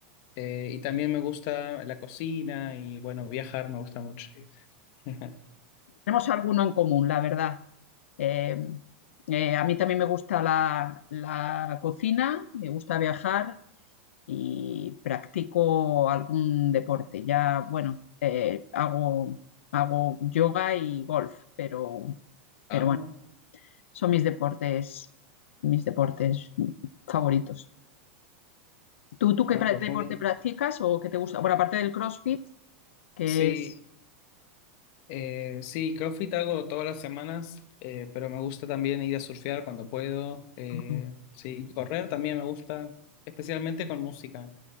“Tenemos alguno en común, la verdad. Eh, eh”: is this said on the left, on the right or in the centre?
Left